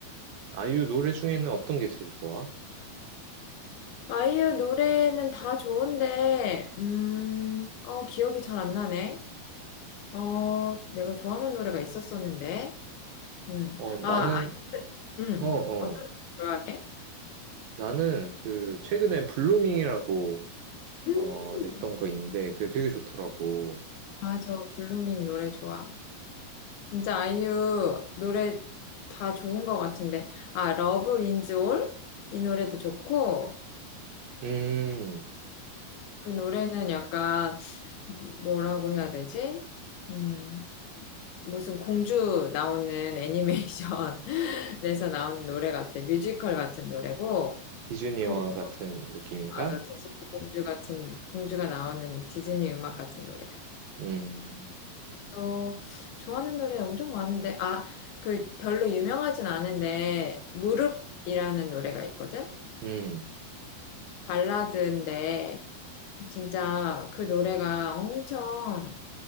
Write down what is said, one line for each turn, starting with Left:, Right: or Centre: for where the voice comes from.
Right: 아이유 노래 중에는 어떤 게 제일 좋아?
Left: 아이유 노래는 다 좋은데, 음, 어, 기억이 잘 안 나네. 어, 내가 좋아하는 노래가 있었었는데, 음.
Right: 어, 나는,
Left: 아, 응.
Right: 어, 어.
Left: 어, 블루밍 좋아해?
Right: 나는 그, 최근엔 블루밍이라고,
Left: 음,
Right: 어, 냈던 거 있는데, 그게 되게 좋더라고.
Left: 맞아. 블루밍 노래 좋아. 진짜 아이유 노래 다 좋은 것 같은데. 아, 러브 윈즈 올? 이 노래도 좋고,
Right: 음,
Left: 그 노래는 약간, 뭐라고 해야 되지? 음, 무슨 공주 나오는 애니메이션에서 <laughs> 나오는 노래 같아. 뮤지컬 같은 노래고,
Right: 디즈니
Left: 그래,
Right: 영화 같은 느낌인가?
Left: 맞아. 디즈니 공주 같은, 공주가 나오는 디즈니 음악 같은 노래.
Right: 음,
Left: 또 좋아하는 노래 엄청 많은데, 아, 그 별로 유명하진 않은데, 무릎이라는 노래가 있거든?
Right: 음.
Left: 발라드인데, 진짜 그 노래가 엄청,